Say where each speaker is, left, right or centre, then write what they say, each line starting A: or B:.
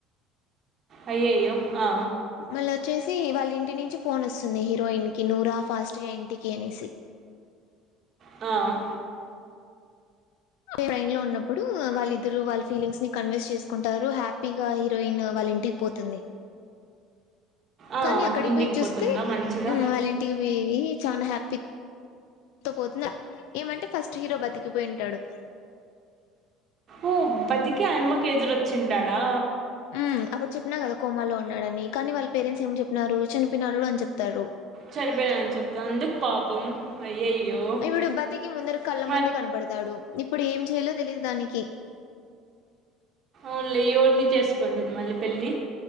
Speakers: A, on the right; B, on the left.
A: అయ్యయ్యో ఆ
B: మళ్ళీ వచ్చేసి వాళ్ళ ఇంటి నుంచి ఫోన్ వస్తుంది హీరోయిన్ కి నువ్వు రా ఫాస్ట్ గా ఇంటికి అనేసి
A: ఆ
B: ట్రైన్ లో ఉన్నప్పుడు వాళ్ళ ఇద్దరు వాళ్ళ ఫీలింగ్స్ ని కన్వే చేసుకుంటారు హ్యాపీగా హీరోయిన్ వాళ్ళ ఇంటికి పోతుంది.
A: ఆ!
B: కానీ అక్కడికి
A: ఇంటికి
B: బెయ్ చూస్తే
A: పోతుందా మంచిగా?
B: హ్మ్ వాళ్ళ ఇంటికి బేయి చానా హ్యాపీ తో పోతుందా ఏమంటే ఫస్ట్ హీరో బతి చుపోయింటాడు
A: ఊ బతికె ఆ యమ్మకి కి ఎదురుచ్చింటాడా
B: హ్మ్ అప్పుడు చెప్పిన కదా కోమాలో ఉన్నాడని కానీ వాళ్ళ పేరెంట్స్ ఏం చెప్పినారు చనిపోనాడు అని చెప్తారు
A: చనిపోయిన అని చెప్తా అందుకు పాపం అయ్యయ్యో!
B: ఇవుడు బతికి ముందర కళ్ళ
A: మరి
B: ముందు కనపడతాడు. ఇప్పుడు ఏం చేయాలో తెలిదు దానికి
A: ఓన్లీ ఎవరిని చేసుకుంటుంది మళ్ళీ పెళ్ళి